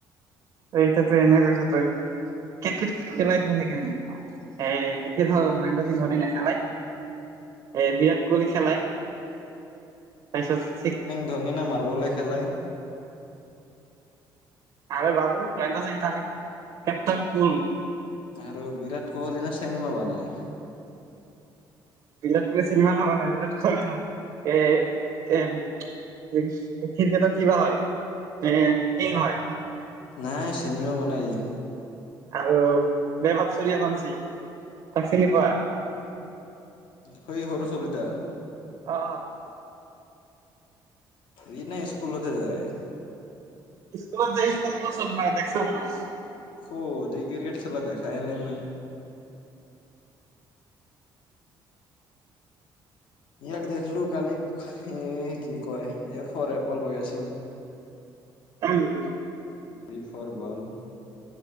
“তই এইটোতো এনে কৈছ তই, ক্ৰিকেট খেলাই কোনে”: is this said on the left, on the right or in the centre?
Right